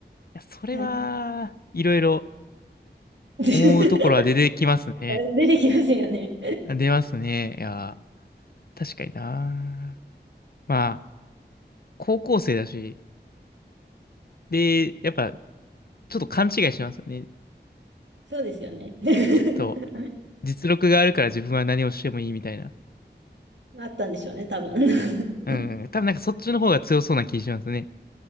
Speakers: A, on the left; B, on the right.
A: いや、それは、
B: た。はい。
A: いろいろ
B: <laughs>
A: 思うところは出てきますね。
B: 出てきますよね。
A: 出ますね。いや、確かにな。まあ、高校生だし、で、やっぱ、ちょっと勘違いしますよね。
B: そうですよね。<laughs>
A: きっと、実力があるから自分は何をしてもいいみたいな。
B: あったんでしょうね、多分。<laughs>
A: うん。多分なんかそっちの方が強そうな気しますね。